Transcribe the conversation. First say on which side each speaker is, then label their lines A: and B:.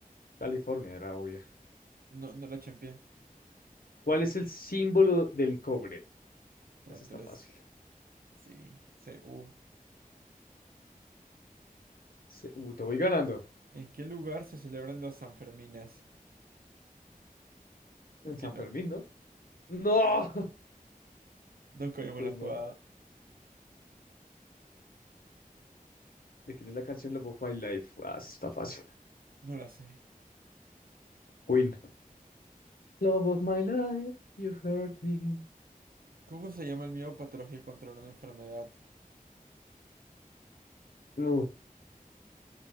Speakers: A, on the left; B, on the right.
A: California era obvia.
B: No, no la champié.
A: ¿Cuál es el símbolo del cobre?
B: Bueno,
A: Eso
B: tú
A: está
B: eres...
A: fácil.
B: Sí, C U.
A: Se- uh, te voy ganando.
B: ¿En qué lugar se celebran los Sanfermines? Creo
A: En
B: que
A: San
B: no.
A: Fermín, ¿no? ¡No! <laughs>
B: No cogimos
A: Pues
B: la jugada.
A: no. ¿De quién es la canción Love of My Life? Ah, eso está fácil.
B: No la sé.
A: Queen. Love of my life, you hurt me.
B: ¿Cómo se llama el miedo patológico contra una enfermedad?
A: No,